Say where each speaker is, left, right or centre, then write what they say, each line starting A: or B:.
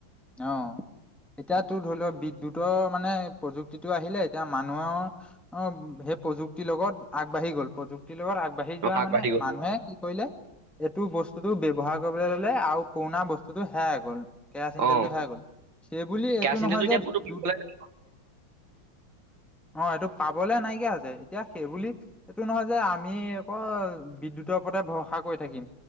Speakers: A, in the centre; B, on the right.
A: অ, এতিয়াতো ধৰি ল, বিদ্যুতৰ মানে প্ৰযুক্তিটো আহিলে, এতিয়া মানুহৰ অ, সেই প্ৰযুক্তিৰ লগত, আগবাঢ়ি গ'ল, প্ৰযুক্তিৰ লগত আগবাঢ়ি
B: অ',
A: যোৱা
B: আগবাঢ়ি
A: মানে
B: গ'ল
A: মানুহে কি কৰিলে, এইটো বস্তুতটো ব্যৱহাৰ কৰিবলৈ ল'লে আৰু পুৰণা বস্তুটো হেৰাই গ'ল। চিন,
B: অ',
A: তেলটো হেৰাই গ'ল, সেই বুলি এইটো
B: কেৰাচিন
A: নহয়
B: তেলটো
A: যে
B: এতিয়া
A: বিদ্যুত
B: ক'তো পাবলে নাই
A: অ, এইটো পাবলে নাইকিয়া হৈছে, এতিয়া সেই বুলি এইটো নহয় যে, আমি অকল বিদ্যুতৰ ওপৰতে ভৰসা কৰি থাকিম।